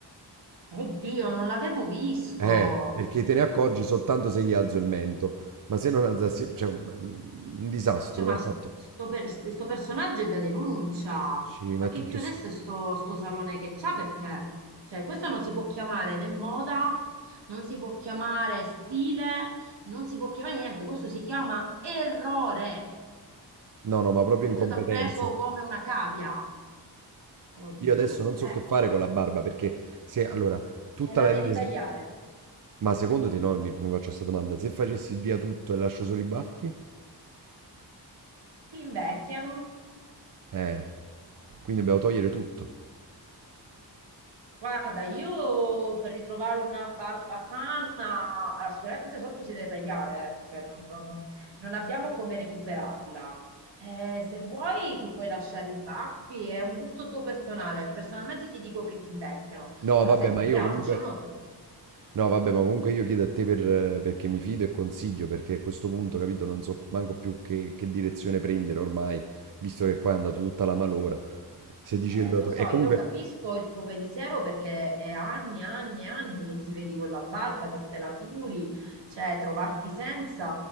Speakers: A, on the right (about 80°); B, on the right (about 50°).
A: Oddio, non l'avevo visto.
B: Eh, perché te ne accorgi soltanto se gli alzo il mento, ma se non alzassi, cioè, un un disastro,
A: Cioè, ma
B: ha fatto.
A: s- sto, per- sto personaggio è da denuncia.
B: Sì, ma
A: Ma
B: è
A: che
B: tutto...
A: chiudesse
B: s-
A: sto, sto salone che c'ha perché? Cioè, questo non si può chiamare né moda, non si può chiamare stile, non si può chiamare niente. Questo si chiama errore.
B: No, no, ma proprio
A: Questo
B: incompetenza.
A: ti ha preso come una cavia. Oddio.
B: Io adesso non so
A: Eh,
B: che fare con la barba perché se allora tutta
A: eh, la
B: la
A: devi
B: linea.
A: tagliare.
B: s- Ma secondo te no? Mi mi faccio questa domanda. Se facessi via tutto e lascio solo i baffi?
A: Ti invecchiano.
B: Eh, quindi dobbiamo togliere tutto.
A: Guarda, io per ritrovare una barba sana, allora, sicuramente sotto si deve tagliare, eh, cioè non, non- non- non abbiamo come recuperarla. Eh, se vuoi ti puoi lasciare i baffi, è un gusto tuo personale. Personalmente ti dico che ti invecchiano,
B: No,
A: però
B: vabbè,
A: se
B: ma
A: ti
B: io
A: piacciono,
B: comunque. No, vabbè, ma comunque io chiedo a te per, eh, perché mi fido e consiglio, perché a questo punto, capito, non so manco più che, che direzione prendere ormai, visto che qua è andato tutta la malora. Se dici
A: Eh,
B: che dobbiamo
A: lo
B: togliere.
A: so,
B: E comunque.
A: io capisco il tuo pensiero perché è anni, anni, anni che ti vedi con la barba, che te la curi, cioè trovarti senza...